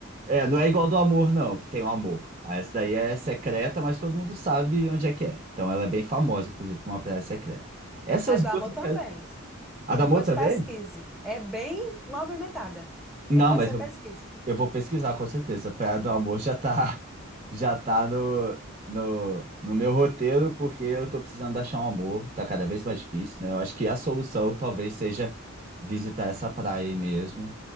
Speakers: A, on the right; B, in the centre.
A: é, não é igual do amor, não, que tem o amor. Ah, Essa daí é secreta, mas todo mundo sabe onde é que é. Então ela é bem famosa, inclusive, como uma praia secreta. Essas
B: A do
A: duas.
B: amor
A: eu
B: também.
A: quero- A da
B: Depois
A: amor também?
B: pesquise. É bem movimentada.
A: Não,
B: Depois
A: mas
B: você
A: eu
B: pesquisa.
A: Eu vou pesquisar com certeza. Praia do Amor já tá, <laughs> já tá no, no, no meu roteiro, porque eu tô precisando achar um amor. Tá cada vez mais difícil, né? Eu acho que a solução talvez seja visitar essa praia aí mesmo